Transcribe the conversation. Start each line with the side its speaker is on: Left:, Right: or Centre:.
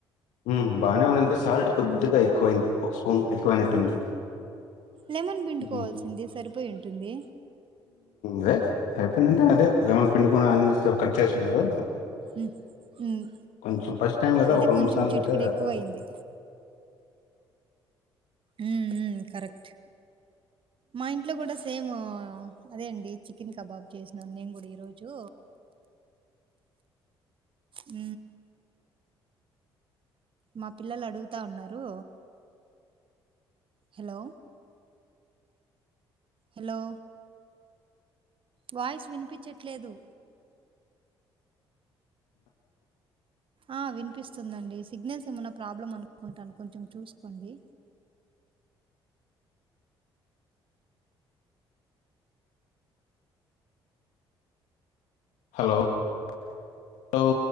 Left: ఉ బానే ఉంది సాల్ట్ కొద్దిగా ఎక్కువైంది. ఒక స్పూన్ ఎక్కువైనట్టుంది.
Right: లెమన్ బిండుకోవాల్సింది
Left: ఉమ్
Right: సరిపోయి ఉంటుంది.
Left: దే ఫైఫ్టీన్ అంటే అదే లెమన్ పిండుకోని అన్నియన్స్ తో కట్ చేస్తున్నారు.
Right: మ్మ్ మ్మ్
Left: కొంచం ఫస్ట్ టైం కదా
Right: అది
Left: రెండు
Right: కొంచెం
Left: మూడు సార్లుట
Right: చిటికుడు ఎక్కువ అయింది ఉ ఊ కరెక్ట్
Left: అ
Right: మా ఇంట్లో కూడా సేమ్ అదే అండి. చికెన్ కబాబ్ చేసినాను నేను కూడా ఈరోజు.
Left: అ
Right: ఊ మా పిల్లలు అడుగుతా ఉన్నారు. హలో హలో వాయిస్ వినిపించట్లేదు. ఆ వినిపిస్తుందండి. సిగ్నల్స్ ఏమన్నా ప్రాబ్లం అనుకుంటాను. కొంచెం చూసుకోండి.
Left: Hello hello